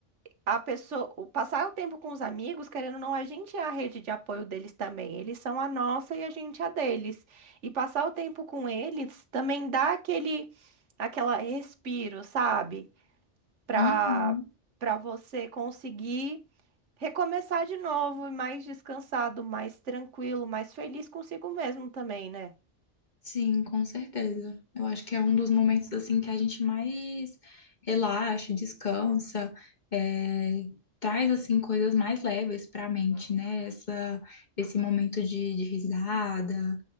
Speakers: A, on the right; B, on the left.
A: a pessoa, o- passar o tempo com os amigos, querendo ou não, a gente é a rede de apoio deles também. Eles são a nossa e a gente é a deles. E passar o tempo com eles também dá aquele aquela respiro, sabe? para
B: Uhum.
A: para você conseguir recomeçar de novo, mais descansado, mais tranquilo, mais feliz consigo mesmo também, né?
B: Sim, com certeza. Eu acho que é um dos momentos assim que a gente mais relaxa, descansa, é, traz assim coisas mais leves para a mente, né? Essa, esse momento de, de risada